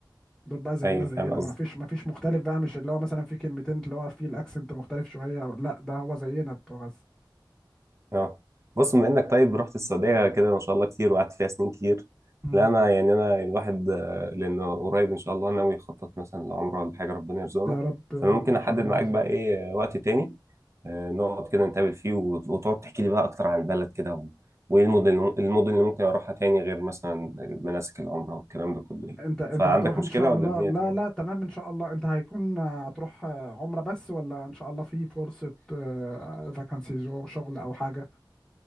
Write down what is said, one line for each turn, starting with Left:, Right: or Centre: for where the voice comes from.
Centre: دول بقى زينا
Right: ايوه
Centre: زينا
Right: فاهم قصدي
Centre: ما فيش ما فيش مختلف بقى مش اللي هو مثلا في كلمتين اللي هو فيه الاكسنت مختلف شوية أو لا ده هو زينا بتوع غزة
Right: اه بص بما انك طيب رحت السعوديه كده ما شاء الله كتير وقعدت فيها سنين كتير
Centre: مم.
Right: لا انا يعني انا الواحد آه، لانه قريب ان شاء الله ناوي يخطط مثلا لعمره ولا حاجه ربنا يرزقنا
Centre: يا رب يا
Right: فانا
Centre: رب
Right: ممكن
Centre: ان
Right: احدد
Centre: شاء الله
Right: معاك
Centre: يرزقك
Right: بقى ايه آه، وقت تاني آه، نقعد كده نتقابل فيه وت- وتقعد تحكي لي بقى اكتر عن البلد كده و- وايه المدن المدن اللي ممكن اروحها تاني غير مثلا مناسك العمره والكلام ده كله يعني
Centre: انت انت
Right: فعندك
Centre: هتروح ان
Right: مشكله
Centre: شاء الله
Right: ولا الدنيا
Centre: لا
Right: تمام؟
Centre: لا تمام ان شاء الله انت هيكون هتروح عمرة بس ولا ان شاء الله في فرصة فاكانسي شغل او حاجة